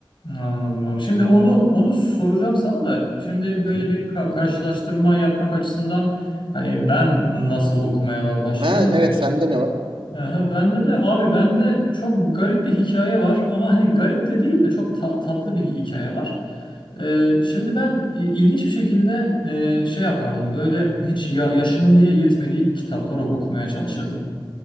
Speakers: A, on the left; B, on the right.
A: Anladım abi. Şimdi onu onu soracağım sana da şimdi
B: Hı
A: böyle
B: hı.
A: bir ka- karşılaştırma yapmak açısından hani ben nasıl okumaya başladım
B: Ha, evet sende ne var? <laughs>
A: Aha, bende de abi bende çok garip bir hikaye var ama hani garip de değil de çok ta- tatlı bir hikaye var. Ee, şimdi ben i- ilginç bir şekilde e, şey yapardım böyle hiç ya yaşımın ye- yetmediği kitapları okumaya çalışırdım.